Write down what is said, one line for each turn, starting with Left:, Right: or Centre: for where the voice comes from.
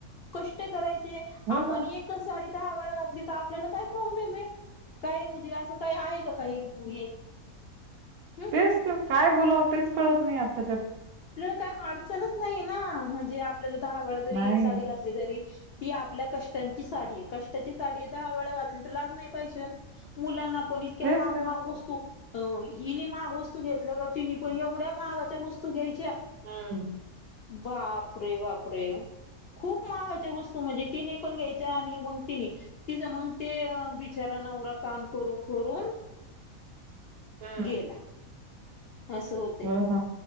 Left: कष्ट करायच ते
Right: हो
Left: आपण
Right: ना,
Left: एकच साडी दहा वेळा घातली तर आपल्याला काय प्रॉब्लेम आहे काही म्हणजे असं काही आहे का काही हे हम्
Right: तेच तर. काय बोलावं तेच कळत नाही आत्ताच्या
Left: काही अडचणच नाहीे ना म्हणजे आपल्या दहा वेळा जरी
Right: नाही,
Left: एक साडी घातली तरी ती आपल्या कष्टांची साडी आहे कष्टाची साडी दहा वेळा घातली तर लाज नाही पाहिजे मुलांना पण इतक्या
Right: तेच
Left: माग
Right: तर.
Left: माग वस्तू. हिनी माग वस्तू घेतल्या का तीनही पण एवढ्या महागाच्या वस्तू घ्याय
Right: हम्म.
Left: बाप अरे बापरे. खूप महागाच्या वस्तू म्हणजे तिने पण घ्यायच्या आणि मग तिनें तिचां मग ते बिचारा नवरा काम करून करून,
Right: हं.
Left: गेला. असं होतय.
Right: हो ना,